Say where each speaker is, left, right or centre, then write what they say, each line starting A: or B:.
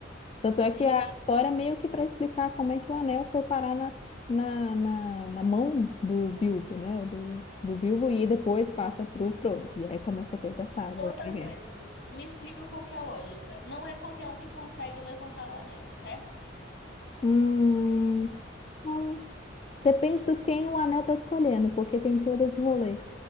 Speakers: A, on the left; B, on the left.
A: Tanto
B: Entendi.
A: é que a história é meio que para explicar como é que o anel foi parar na, na, na, na mão do Bilbo, né? Do, do Bilbo e depois passa pro Frodo. E aí começa toda a saga
B: Outra
A: lá. da guerra.
B: coisa, me explica qual que é a lógica. Não é qualquer um que consegue levantar o anel, certo?
A: Hum, não. Depende do quem o anel tá escolhendo, porque tem todo esse rolê.